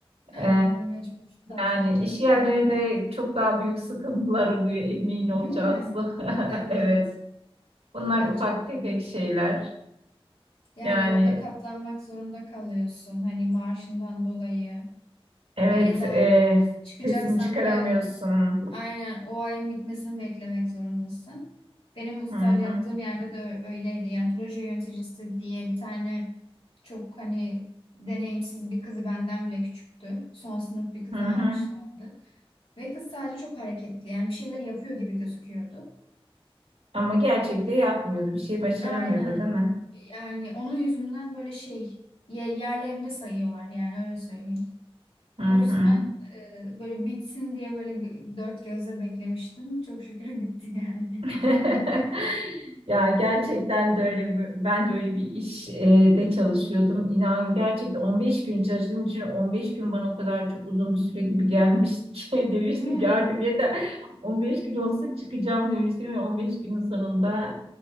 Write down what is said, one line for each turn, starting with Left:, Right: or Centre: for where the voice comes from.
Left: Aynen
Right: Ee,
Left: mecbur katlanacağız
Right: Yani iş yerlerinde
Left: galiba.
Right: çok daha büyük sıkıntılar oluyor emin olacağız.
Left: Değil mi?
Right: <laughs>
Left: Evet,
Right: Evet. Bunlar
Left: bence
Right: ufak tefek
Left: de.
Right: şeyler.
Left: yani
Right: Yani
Left: orada katlanmak zorunda kalıyorsun. Hani maaşından dolayı
Right: evet
Left: E, ya da
Right: e,
Left: çıkacaksan
Right: sesini çıkaramıyorsun.
Left: bile aynen o ayın bitmesini beklemek zorundasın. Benim bu staj
Right: Hı hı,
Left: yaptığım yerde de ö- öyleydi. Yani proje yöneticisi diye bir tane çok hani deneyimsiz bir kızı benden bile küçüktü. Son sınıf bir kızı
Right: hı hı.
Left: almışlardı. Ve kız sadece çok hareketli. Yani bir şeyler yapıyor gibi gözüküyordu.
Right: Ama gerçekte yapmıyordu. Bir şey başaramıyordu
Left: Aynen.
Right: değil mi?
Left: Yani onun yüzünden böyle şey ye- yerlerinde sayıyorlar yani öyle söyleyeyim.
Right: Hı
Left: O yüzden
Right: hı.
Left: e, böyle bitsin diye böyle gö- dört gözle beklemiştim. Çok şükür bitti yani.
Right: <laughs> Ya gerçekten de öyle bir- ben de öyle bir iş e, de çalışıyordum. İnan gerçekten 15 gün çalıştığım için 15 gün bana o kadar çok uzun bir süre gibi gelmişti ki <laughs> demiştim
Left: <laughs> Değil mi?
Right: ki artık yeter 15 gün olsa çıkacağım demiştim ve 15 günün sonunda